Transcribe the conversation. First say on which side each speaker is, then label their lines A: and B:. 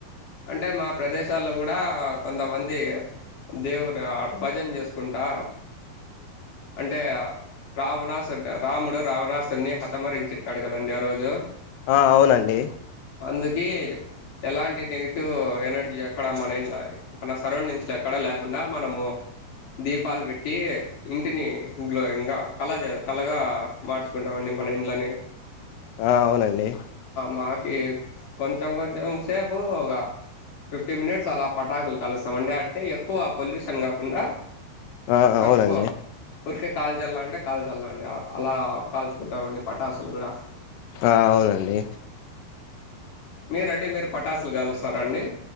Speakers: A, on the left; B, on the left.
A: అంటే మా ప్రదేశాల్లో కూడా కొంతమంది దేవుడు భజన చేసుకుంటా, అంటే రావణాసుడు రాముడు రావణాసుడిని హతమరించిుట్టాడు కదండడి ఆ రోజు
B: ఆ అవునండి
A: అందుకే ఎలాంటి నెగిట్ టివ్ ఎనర్జీ అక్కడ మన ఇం మన సరౌండింగ్స్ లో ఎక్కడ లేకుండా, మనము దీపాలు పెట్టి ఇంటిని గ్లోయింగ్ గా కల కలగా మార్చుకుంటాం అండి. మన ఇళ్లని
B: ఆ అవునండి
A: మాక్ కే కొంచెం కొంచెం సేపుగా ఫిఫ్టీ మినిట్స్ అలా పటాకులు కలుస్తాంండి అంటే ఎక్కువ పొల్యూషన్ కాకుండా
B: ఆ
A: తక్కువ
B: అవునండి
A: ఊరికే కాల్ చల్ల అంటే కాల్ చల్లండి, అలా కాల్చుకుంటామండి పటాసులు కూడా
B: ఆ అవునండి
A: మీరండి మీరు పటాసులు కాలుస్ రండి